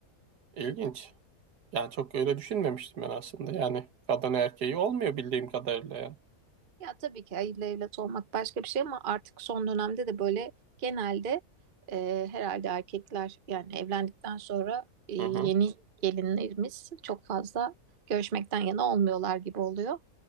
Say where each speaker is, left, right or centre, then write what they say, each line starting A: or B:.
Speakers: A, on the right; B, on the right.
A: ilginç. Yani çok öyle düşünmemiştim ben aslında. Yani kadın erkeği olmuyor bildiğim kadarıyla yani.
B: Ya tabii ki hayırlı evlat olmak başka bir şey ama artık son dönemde de böyle genelde e, herhalde erkekler yani evlendikten sonra e, yeni
A: Hı hı.
B: gelinlerimiz çok fazla görüşmekten yana olmuyorlar gibi oluyor.